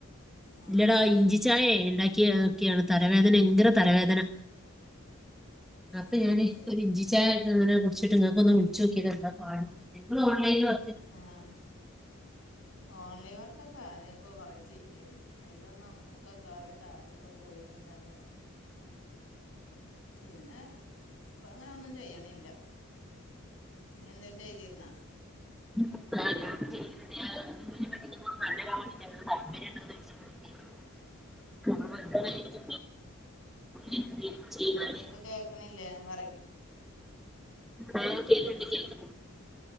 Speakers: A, on the left; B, in the centre.
A: ആ
B: ഇല്ലെടാ
A: ആ
B: ഇഞ്ചി ചായെ ഇണ്ടാക്കി നോക്കിയതാണ് തലവേദന ഭയങ്കര തലവേദന. അപ്പെ
A: ആ
B: ഞാന്
A: ശരി
B: ഒരു ഇഞ്ചി. ചായ ഇട്ട് അങ്ങനെ കുടിച്ചിട്ട് ഇങ്ങക്ക് ഒന്നു വിളിച്ചു നോക്കിയതാ എന്താ പാട്ന്ന്. നിങ്ങള് ഓൺ ലൈനിൽ വ
A: ആഹ്. ഓൺലൈൻ വർക്കൊക്കെ ആദ്യക്കൊ കൊറെ ചെയ്തിരുന്നു അയിലൊന്നും ഒ <unintelligible> കൊറെ കാശൊക്കെ പോയിന്നല്ലാതെ പിന്നെ ഇപ്പ അങ്ങനെ ഒന്നും ചെയ്യണില്ല. നീ എന്തെങ്കിലും ചെയ്തിര്ന്നാ
B: ആഹ് ഞാൻ ചെയ്യുന്നുണ്ട് ഞാൻ ഇതിനെ പറ്റി നിങ്ങളോട് പറഞ്ഞരാൻ <unintelligible> ഇരിക്കുമ്പോ ചെയ്യുന്നാല്
A: ഇങ്ങക്ക് കേക്കണില്ലേ ഞാൻ പറയുന്ന
B: ആഹ് കേക്ക്ണ്ട് കേക്ക്ണ്ട്